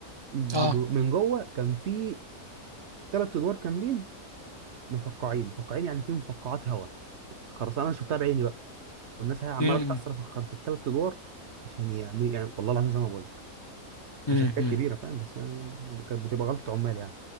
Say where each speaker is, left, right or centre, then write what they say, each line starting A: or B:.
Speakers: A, on the right; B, on the left.
A: جو-
B: اه
A: من جوه كان في ثلاث ادوار كاملين مفقعين مفقعين يعني في مفقعات هواء خرسانه انا شفتها بعيني بقى والناس هي عماله
B: مم.
A: تكسر في الخر في الثلاث ادوار عشان يعني, يعني والله العظيم زي ما بقول
B: امم
A: مش حاجات كبيره فاهم بس يعني كانت بتبقى غلطه عمال يعني